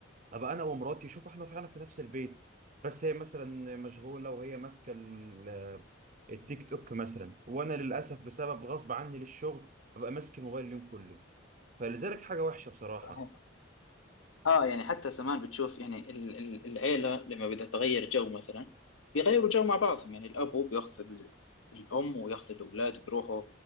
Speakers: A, on the right; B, on the left.
A: ابقى انا ومراتي شوف احنا فعلا في نفس البيت بس هي مثلا مشغوله وهي ماسكه ال- التيك توك مثلا وانا للاسف بسبب غصب عني للشغل ببقى ماسك الموبايل اليوم كله فلذلك حاجه وحشه بصراحه
B: صح اه يعني حتى زمان بتشوف يعني ال- ال- العيلة لما بدها تغير جو مثلا بيغيروا جو مع بعضهم يعني الأب بياخذ ال- الأم وياخذ الأولاد بيروحوا